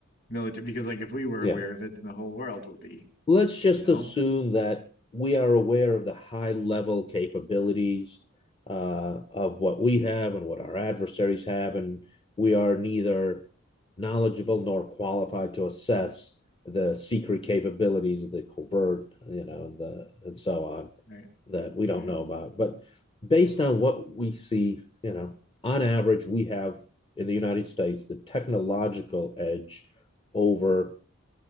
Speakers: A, on the left; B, on the left.
A: military? Because like if we were
B: yeah,
A: aware of it, then the whole world would be,
B: let's just
A: you know?
B: assume that we are aware of the high level capabilities uh, of what we have and what our adversaries have, and we are neither knowledgeable nor qualified to assess the secret
A: Mm.
B: capabilities of the covert, you know, the and so on
A: Right.
B: that we don't
A: Right.
B: know about. But based on what we see, you know, on average, we have in the United States the technological edge over